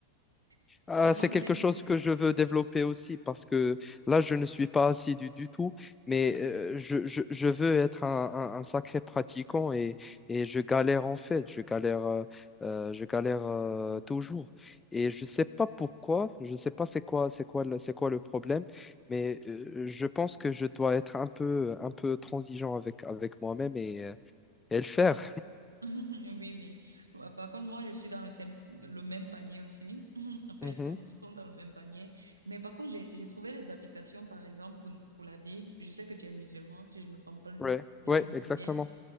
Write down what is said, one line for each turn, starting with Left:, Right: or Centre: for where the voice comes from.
Right: <laughs>
Left: Ah,
Right: mais bon
Left: c'est quelque
Right: j'aime.
Left: chose que je veux développer aussi parce que là, je ne suis pas assidu du tout, mais
Right: Mm.
Left: euh, je, je- je veux être un, un- un sacré pratiquant et, et je galère en fait, je galère, euh, euh, je galère euh, toujours. Et je ne sais pas pourquoi, je ne sais pas c'est quoi, c'est quoi, le- c'est quoi le problème, mais euh, je pense que je dois être un peu, un peu transigeant avec, avec moi-même et, euh, et le faire.
Right: Ouais. <laughs> Oui, oui. Bah, Par contre, moi, je suis dans le, sem- le même panier aussi. <laughs> En fait,
Left: Mhm.
Right: on, nous sommes dans le même panier. Mais par contre, j'ai j'ai trouvé des applications, par exemple, pour, pour la Bible. Je sais que tu es musulman, si je me trompe pas,
Left: Ouais,
Right: si
Left: ouais,
Right: je me
Left: exactement.
Right: souviens.